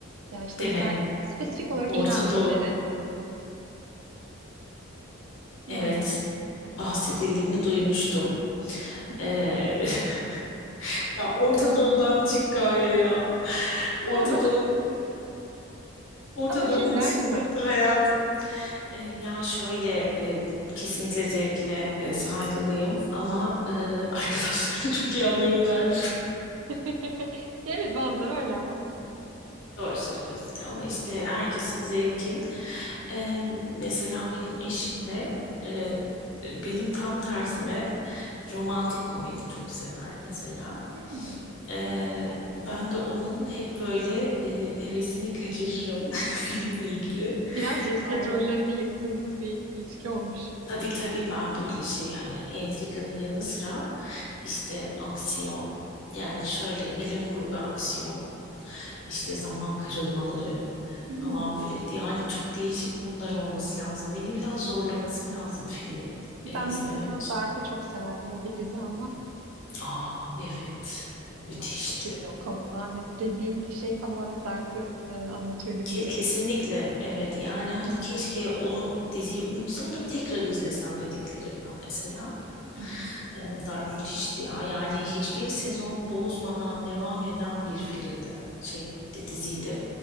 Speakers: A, on the right; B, on the left.
A: Ya işte
B: Deme.
A: mesela spesifik olarak
B: Orta
A: İran filmleri.
B: Doğu.
A: Yani
B: Evet. bahsedildiğini duymuştum.
A: hı hı.
B: Ee, <laughs> ya Orta Doğu'dan çık gaye ya. Orta
A: doğru
B: Doğu,
A: <laughs>
B: Orta
A: ama filmler
B: Doğu mutsuzluktur
A: güzel.
B: hayatım. Ee, ya şöyle e, kesinlikle zevkine e, saygılıyım ama e, <laughs> arkadaşlarını çok iyi anlıyorum dermiş.
A: <laughs> Ya Evet bazıları öyle ama.
B: Doğru söylüyorsun ya. ama işte herkesin zevki. Ee, mesela benim eşim de e, benim tam tersime romantik komedi çok sever mesela.
A: Hmm,
B: Ee, ben de onun hep böyle e, hevesini kaçırırım <laughs> filmle ilgili.
A: Biraz cinsiyet
B: Ay
A: rollerini yıktığınız bir ilişki olmuş.
B: tabii tabii ben böyle şey hani entrikanın yanı sıra işte aksiyon yani şöyle bilim kurgu aksiyon işte zaman kırılmaları
A: hmm.
B: falan böyle yani çok değişik konular olması lazım. Beni biraz zorlaması lazım filmin e,
A: Ben
B: izlemem
A: mesela
B: için.
A: Dark'ı çok severdim. O bir dizi ama
B: Aa evet müthişti.
A: Dark çok iyiydi o konuda. Hani dediğin şey tam olarak Dark'ı e, anlatıyor gibiydi.
B: Ke- Kesinlikle evet yani
A: Hı
B: hani
A: hı,
B: keşke onu diziyi unutsam da tekrar izlesem dediklerimden mesela.
A: hı hı.
B: E, Dark müthişti ya yani hiçbir sezon bozmadan devam eden bir filmdi şey diziydi.